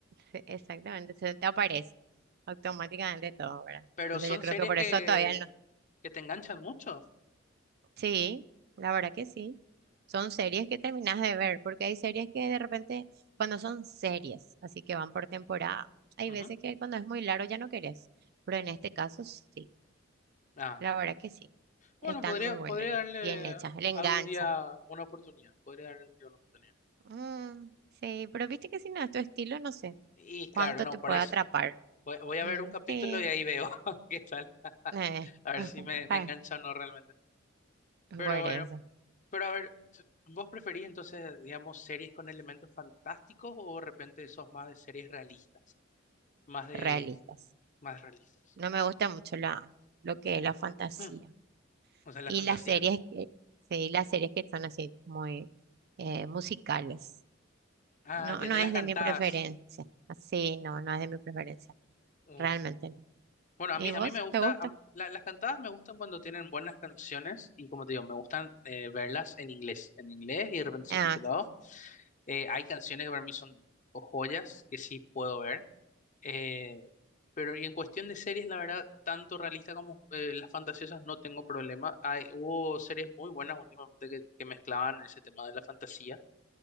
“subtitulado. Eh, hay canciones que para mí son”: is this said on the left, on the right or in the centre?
Left